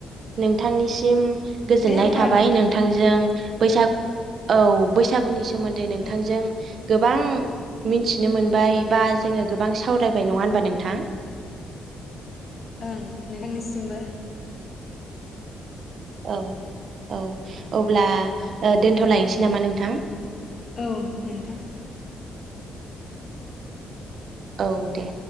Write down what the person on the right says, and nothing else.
नोंथांनिसिम गोजोननाय
थाबाय
नोंथांजों बैसागु औ बैसागुनि सोमोन्दै नोंथांजों
गोबां मिथिनो मोनबाय बा जोङो गोबां सावरायबाय नङा होनबा नोंथां?
औ औ अब्ला दोनथ'लायनोसै नामा नोंथां?
औ दे।